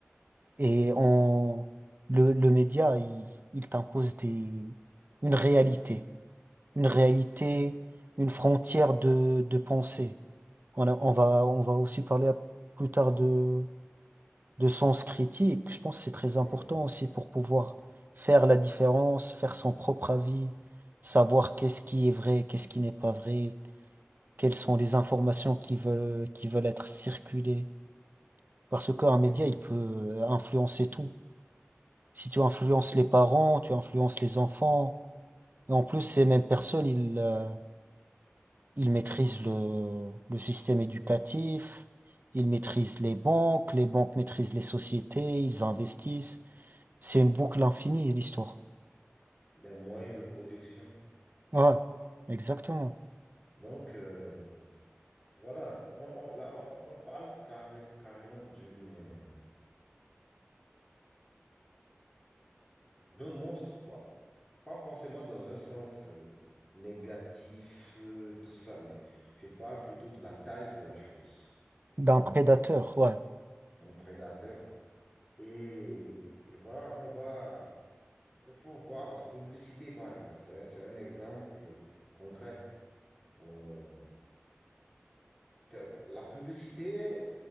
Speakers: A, on the right (about 45°); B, on the left (about 15°).
A: Et on, le, le média, il, il t'impose des, une réalité. Une réalité, une frontière de, de pensée. On a- on va, on va aussi parler à- plus tard de, de sens critique. Je pense que c'est très
B: Oui,
A: important aussi pour pouvoir faire la différence, faire son propre avis, savoir qu'est-ce qui est vrai, qu'est-ce qui n'est pas vrai, quelles sont les informations qui veulent, qui veulent être circulées. Parce qu'un média,
B: oui.
A: il peut euh, influencer tout. Si tu influences les parents, tu influences les enfants, et en plus, ces mêmes personnes, ils, euh, Ils maîtrisent le, le système éducatif, ils maîtrisent les banques, les banques maîtrisent les sociétés, ils investissent. C'est une boucle infinie, l'histoire.
B: Les moyens de production.
A: Ouais, exactement.
B: Donc, euh, Voilà, on, on- là, on on parle carré- carrément d'une, euh, d'un monstre, quoi. Pas forcément dans un sens euh, négatif, euh, tout ça, mais je parle plutôt de la taille de la chose,
A: D'un prédateur, ouais,
B: d'un prédateur. Et, et voilà, on va, il faut voir la publicité, par exemple. C'est un, c'est un exemple concret. On- te- La publicité,